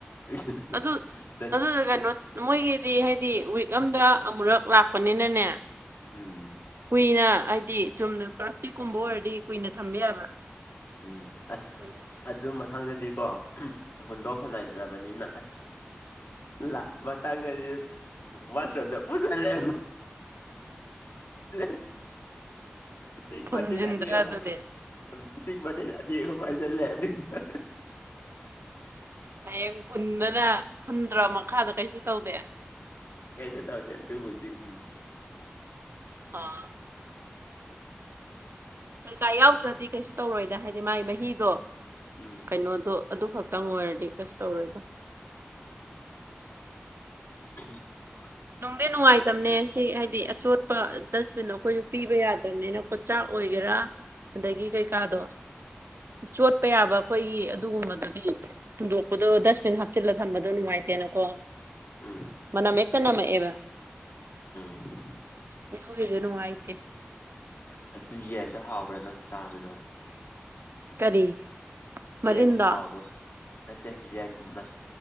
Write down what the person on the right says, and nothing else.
ꯑꯗꯨ
ꯑꯗꯨꯗ ꯀꯩꯅꯣ ꯃꯣꯏꯒꯤꯗꯤ ꯍꯥꯏꯗꯤ ꯋꯤꯛ ꯑꯝꯗ ꯑꯃꯨꯔꯛ ꯂꯥꯛꯄꯅꯤꯅꯅꯦ
ꯀꯨꯏꯅ ꯍꯥꯏꯗꯤ ꯆꯨꯝꯅ ꯄ꯭ꯂꯥꯁꯇꯤꯛꯀꯨꯝꯕ ꯑꯣꯏꯔꯗꯤ ꯀꯨꯏꯅ ꯊꯝꯕ ꯌꯥꯕ
ꯎꯝ
ꯐꯨꯟꯖꯤꯟꯗ꯭ꯔꯥ
ꯑꯗꯨꯗꯤ
ꯍꯌꯦꯡ ꯐꯨꯟꯗꯅ ꯐꯨꯟꯗ꯭ꯔꯥ ꯃꯈꯥꯗꯣ ꯀꯩꯁꯨ ꯇꯧꯗꯦ
ꯑꯥ <unintelligible> ꯌꯥꯎꯗ꯭ꯔꯗꯤ ꯀꯩꯁꯨ ꯇꯧꯔꯣꯏꯗ ꯍꯥꯏꯗꯤ ꯃꯥꯒꯤ ꯃꯍꯤꯗꯣ
ꯀꯩꯅꯣꯗꯣ ꯑꯗꯨ ꯈꯛꯇꯪ ꯑꯣꯏꯔꯗꯤ ꯀꯩꯁꯨ ꯇꯧꯔꯣꯏꯗ
ꯅꯨꯡꯗꯤ ꯅꯨꯡꯉꯥꯏꯇꯕꯅꯦ <unintelligible> ꯁꯤ ꯍꯥꯏꯗꯤ ꯑꯆꯣꯠꯄ ꯗꯁꯕꯤꯟ ꯑꯩꯈꯣꯢꯖꯨ ꯄꯤꯕ ꯌꯥꯗꯝꯅꯤꯅꯀꯣ ꯆꯥꯛ ꯑꯣꯏꯒꯦꯔꯥ ꯑꯗꯒꯤ ꯀꯩꯀꯥꯗꯣ ꯆꯣꯠꯄ ꯌꯥꯕ ꯑꯩꯈꯣꯏꯒꯤ ꯑꯗꯨꯒꯨꯝꯕꯗꯨꯗꯤ ꯍꯨꯟꯗꯣꯛꯄꯗꯣ ꯗꯁꯕꯤꯟ ꯍꯥꯞꯆꯤꯜꯂ ꯊꯝꯕꯗꯣ ꯅꯨꯡꯉꯥꯏꯇꯦꯅꯀꯣ
ꯃꯅꯝ ꯍꯦꯛ ꯇ ꯅꯝꯃꯛꯑꯦꯕ
<unintelligible> ꯅꯨꯡꯉꯥꯢꯇꯦ
ꯀꯔꯤ ꯃꯔꯤꯟꯗꯣ